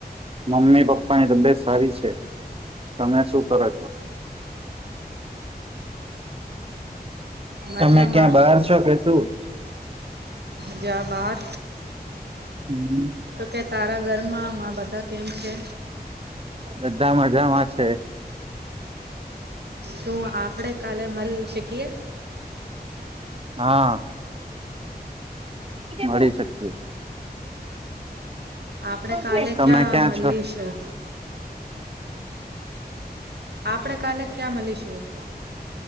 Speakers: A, on the right (about 35°); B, on the right (about 80°).
A: મમ્મી પપ્પાની તો બેસ્ટ સારી છે તમે શું કરો છો
B: મજામાં
A: તમે ક્યાં બહાર છો કે શું.
B: જિ હા બાર
A: હમ.
B: તો કે તારા ઘરમાં મા બધા કેમ છે.
A: બધા મજા માં છે.
B: તો આપણે કાલે મળી શકીએ.
A: હા મળી શકીએ.
B: આપણે
A: શકીએ
B: કાલે
A: તમે
B: ક્યાં મલી
A: છો
B: શું? આપણે કાલે ત્યાં મલી શું.